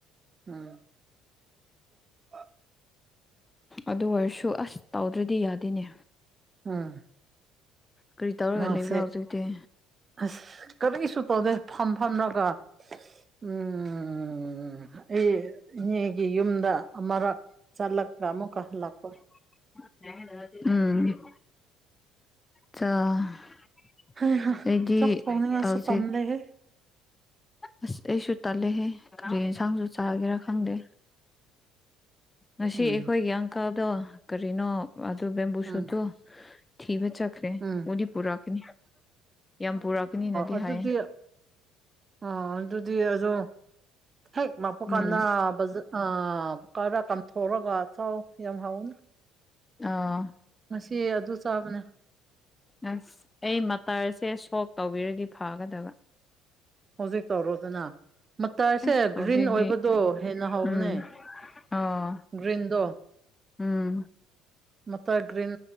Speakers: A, on the right; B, on the left.
A: ꯎꯝ <unintelligible>
B: ꯑꯗꯨ ꯑꯣꯏꯔꯁꯨ ꯑꯁ ꯇꯧꯗ꯭ꯔꯗꯤ ꯌꯥꯗꯦꯅꯦ
A: ꯎꯝ
B: ꯀꯥꯔꯤ ꯇꯧꯔꯒ
A: ꯅꯪꯁꯦ
B: ꯂꯩꯕ꯭ꯔꯥ ꯍꯧꯖꯤꯛꯇꯤ
A: ꯑꯁ ꯀꯔꯤꯁꯨ ꯇꯧꯗꯦ ꯐꯝ ꯐꯝꯂꯒ ꯎꯝ ꯎꯝ ꯑꯩ ꯏꯅꯦꯒꯤ ꯌꯨꯝꯗ ꯑꯃꯥꯔꯛ ꯆꯠꯂꯒ ꯑꯃꯨꯛꯀ ꯍꯜꯂꯛꯄ
B: <unintelligible> ꯎꯝ <unintelligible> ꯆꯥ <unintelligible>
A: ꯍꯩꯍꯥ
B: ꯑꯩꯒꯤ
A: ꯆꯥꯛ ꯊꯣꯡꯅꯤꯡꯉꯥꯏꯁꯨ
B: <unintelligible>
A: ꯇꯟꯂꯦꯍꯦ
B: ꯑꯁ ꯑꯩꯁꯨ ꯇꯠꯂꯦꯍꯦ ꯀꯔꯤ ꯌꯦꯟꯁꯥꯡꯁꯨ ꯆꯥꯒꯦꯔꯥ ꯈꯪꯗꯦ ꯉꯁꯤ
A: ꯎꯝ
B: ꯑꯩꯈꯣꯏꯒꯤ ꯑꯪꯀꯜꯗꯣ ꯀꯔꯤꯅꯣ ꯑꯗꯨ ꯕꯦꯝꯕꯨ
A: ꯎꯝ
B: ꯁꯨꯠꯇꯨ ꯊꯤꯕ ꯆꯠꯈ꯭ꯔꯦ
A: ꯎꯝ
B: ꯄꯨꯗꯤ ꯄꯨꯔꯛꯀꯅꯤ ꯌꯥꯝ ꯄꯨꯔꯛꯀꯅꯤꯅꯗꯤ
A: ꯑꯗꯨꯗꯤ
B: ꯍꯥꯏꯌꯦ
A: ꯑꯣ ꯑꯗꯨꯗꯤ ꯑꯗꯨ ꯍꯦꯛ ꯂꯥꯛꯄꯨ ꯀꯥꯟꯅ
B: ꯎꯝ
A: ꯕꯖꯥ ꯑꯥ ꯀꯥꯏꯔꯥꯀꯥꯟ ꯊꯣꯔꯒ ꯆꯥꯎ ꯌꯥꯝ ꯍꯥꯎꯕꯅꯦ
B: ꯑꯥ
A: ꯉꯁꯤ ꯑꯗꯨ ꯆꯥꯕꯅꯦ
B: ꯑꯁ ꯑꯩ ꯃꯇꯔꯁꯦ ꯁꯣꯛ ꯇꯧꯕꯤꯔꯗꯤ ꯐꯒꯗꯕ
A: ꯍꯧꯖꯤꯛ ꯇꯧꯔꯣꯗꯅ ꯃꯇꯔꯁꯦ
B: ꯑꯁ ꯍꯧꯖꯤꯛꯇꯤ
A: ꯒ꯭ꯔꯤꯟ ꯑꯣꯏꯕꯗꯣ ꯍꯦꯟꯅ ꯍꯧꯕꯅꯦ
B: ꯎꯝ ꯑꯥ
A: ꯒ꯭ꯔꯤꯟꯗꯣ
B: ꯎꯝ
A: ꯃꯥꯇꯔ ꯒ꯭ꯔꯤꯟ